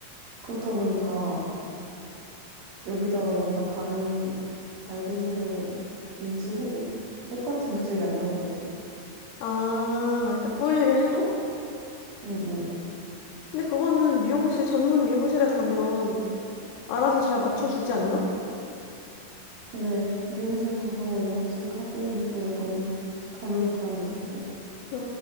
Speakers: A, on the right; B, on the left.
A: 그렇다 보니까 여기다가 뭔가 다른 밝은 색을 유지해도 똑같은 그 색이 안 나올 것 같아.
B: 아, 그러니까 뿌리를 해도?
A: 응, 응.
B: 근데 그거는 미용실, 전문 미용실에 가면 알아서 잘 맞춰주지 않나?
A: 근데 미용실 가서 염색하기엔 또 약간 가격에 부담이 있고,
B: 아,